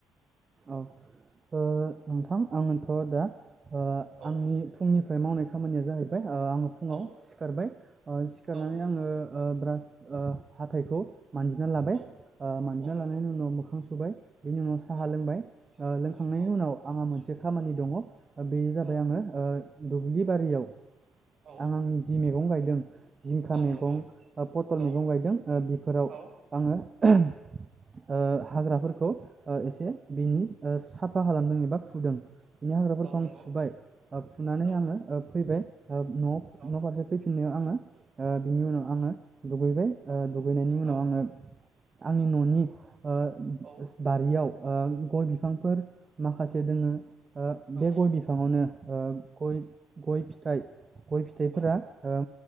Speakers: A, on the right; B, on the right.
A: औ ओ नोंथां आङोथ' दा ओ
B: औ
A: आंनि फुंनि फ्राय मावनाय खामानिया जाहैबाय। ओ आङो फुङाव
B: औ
A: सिखारबाय ओ सिखारनानै
B: औ
A: आङो ओ ब्रास ओ हाथाइखौ मानजिना लाबाय
B: औ
A: ओ मानजिना
B: औ नंगौ
A: लानायनि उनाव मोखां सुबाय। बेनि उनाव साहा
B: औ
A: लोंबाय ओ लोंखांनायनि
B: औ
A: उनाव आंहा मोनसे खामानि दङ। बेयो जाबाय
B: औ
A: आङो ओ दुब्लि बारियाव
B: औ
A: आं आंनि जि मे गं गायदों। जिंखा
B: औ
A: मैगं
B: नंगौ
A: पटल
B: औ
A: मैगं गायदों बेफोराव
B: औ
A: आङो <unintelligible> ओ हाग्राफोरखौ। औ एसे बिनि आ साफा खालामदों एबा फुदों। बिनि हाग्राफोरखौ
B: औ नंगौ
A: आं फुबाय फुनानै
B: औ
A: आङो फैबाय। न'
B: औ
A: न' फारसे फै फिनो आङो। आ बिनि उनाव आङो। दुगैबाय। ओ दुगैनायनि उनाव
B: औ
A: आङो। आंनि ननि ओ
B: औ
A: बारियाव ओ गय बिफांफोर माखासे दोङो ओ
B: औ
A: बे गय बिफाङावनो ओ गय गय थाइ गय फिथाइफोरा
B: औ
A: ओ